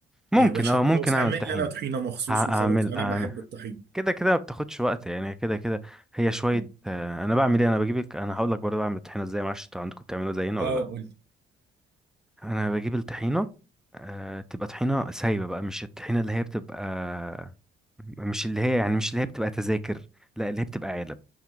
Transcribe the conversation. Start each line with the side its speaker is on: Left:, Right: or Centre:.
Centre: ممكن
Right: يا باشا
Centre: اه
Right: خلاص
Centre: ممكن اعمل
Right: اعمل
Centre: طحينة
Right: لي انا طحينة مخصوص
Centre: هعمل
Right: وخلاص انا بحب الطحينة
Centre: كده كده ما بتاخدش وقت يعني كده كده هي شويه
Right: مم.
Centre: آه، انا بعمل ايه انا بجيبك انا هقول لك برضه بعمل الطحينه ازاي معرفش انتوا عندكم بتعملوها زينا
Right: اه
Centre: ولا لا
Right: قول لي
Centre: انا بجيب الطحينه آه، تبقى طحينه سايبه بقى مش الطحينه اللي هي بتبقى مش اللي هي يعني مش اللي هي بتبقى تذاكر لا اللي هي بتبقى علب